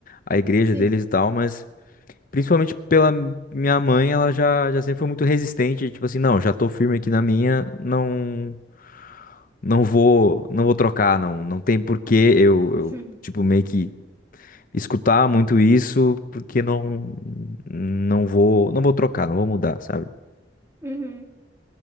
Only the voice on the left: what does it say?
a igreja
deles e tal, mas principalmente pela minha mãe, ela já, já sempre foi muito resistente, tipo assim, não, já tô firme aqui na minha, não não vou, não vou trocar, não. Não tem porquê eu,
eu, tipo, meio que escutar muito isso, porque não, não vou, não vou trocar, não vou mudar, sabe?